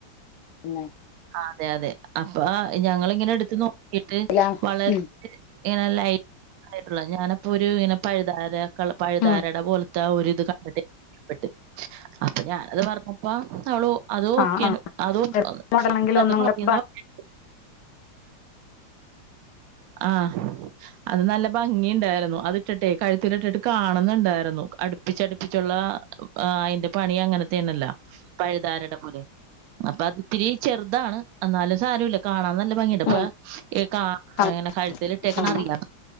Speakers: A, on the left; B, on the right.
A: എടുക്കുന്നെ
B: അതെ അതെ അപ്പൊ ഞങ്ങളിങ്ങനെ എട്ത്ത് നോക്കിട്ട്
A: ലാണ്
B: വളരെ
A: ഉം
B: ഇങ്ങനെ ലൈറ്റ് ആയിട്ടുള്ളെ ഞാനിപ്പൊ ഒരു ഇങ്ങനെ പഴുതാര ക്കെള്ള പഴുതാരയുടെ
A: ഉം
B: പോലെ താ ഒരിത് കണ്ടിട്ട് ഇഷ്ട്ടപ്പെട്ട് അപ്പൊ ഞാനത് പറഞ്ഞപ്പോ അവൾ ഒ അത് ഓക്കെയാണ്
A: ആ ആ
B: അത് <unintelligible>
A: ചെറിയ മോഡലാണെങ്കിൽ ഒന്നും
B: അത് മതിന്നാ
A: കൂടെ ഭംഗി
B: പറഞ്ഞേ <inaudible> ആ അത് നല്ല ഭംഗി ഇണ്ടായിരുന്നു അത് ഇട്ടിട്ടെ കഴുത്തിലിയിട്ടിട്ട് കാണുന്നുണ്ടായിരുന്നു അടുപ്പിച്ചടുപ്പിച്ചുള്ള ആ അതിന്റെ പണി അങ്ങനത്തെയാണല്ലോ പഴുതാരയുടെ പോലെ അപ്പൊ അത് ഒത്തിരി ചെറുതാണ് എന്നാലും സാരല്ല കാണാ നല്ല ഭംഗിയുണ്ട് ഇപ്പൊ
A: ഉം
B: എ കാ
A: ആ
B: ഇങ്ങനെ കഴുത്തിൽ ഇട്ടേക്ക്ണേ
A: ആ
B: അറിയാ